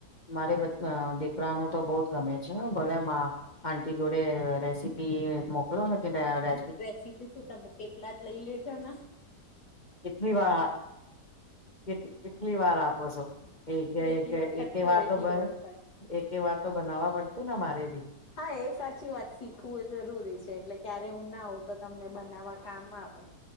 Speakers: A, on the left; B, on the left.
A: મારે અ દીકરાનું તો બોત ગમે છેને ભલે મા આંટી જોડે રેસીપી મોકલો કે ભય આ રે
B: રેસીપી શું તમે થેપલા જ લઈ લેજોને.
A: કેટલીવારઅ કે કેટલીવારઅ. બસ એકેગ
B: જેટલી વખત
A: એક એક
B: કહો
A: વાતો
B: એટલી
A: ભર
B: વખત
A: એકે વાત તો બનાવવા પડશે ને મારે બી.
B: હા એ સાચી વાત શીખવું એ જરૂરી છે એટલે ક્યારે હું ના હોવું તો તમને બનાવા કામ આવે.